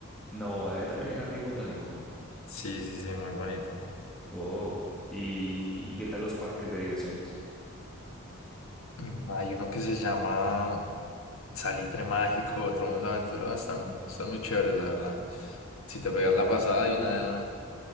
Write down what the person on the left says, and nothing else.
Sí, sí, sí, muy bonito.
Mm, Hay uno que se llama Salitre Mágico, otro mundo de aventura. Están, están muy chéveres, la verdad. Si te pegas la pasada, hay una,